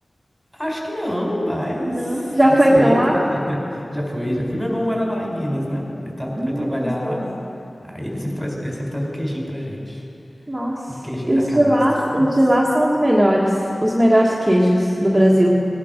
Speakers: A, in the centre; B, on the right.
A: Acho que não, mas
B: Não. Já
A: aceita.
B: foi pra lá?
A: <laughs> Já fui, já fui. Meu irmão mora lá em Minas, né? Ele tá,
B: Hum,
A: foi trabalhar
B: gostoso.
A: lá. Aí ele sempre traz, ele sempre traz um queijinho pra gente.
B: Nossa,
A: Um queijinho
B: e
A: da
B: os
A: canastra.
B: de lá, os
A: Nossa.
B: de lá são os melhores, os melhores queijos do Brasil.